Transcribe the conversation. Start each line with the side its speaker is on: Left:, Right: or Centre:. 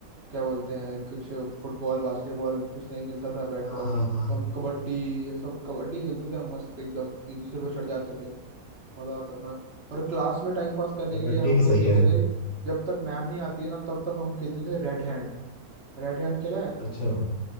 Right: क्या बोलते हैं कुछ फुटबॉल बास्केटबॉल कुछ नहीं मिलता था बैट
Left: हाँ
Right: बॉल
Left: हाँ हाँ
Right: तो हम कबड्डी ये सब कबड्डी खेलते थे हम मस्त एकदम एक दूसरे पर चढ़ जाते थे मजा आता था और क्लास में टाइम पास करने
Left: कबड्डी
Right: के लिए हम
Left: भी
Right: लोग
Left: सही
Right: खेलते
Left: है
Right: थे जब तक मैम नहीं आती है ना तब तक हम खेलते थे रेड हैंड रेड हैंड खेला है
Left: अच्छा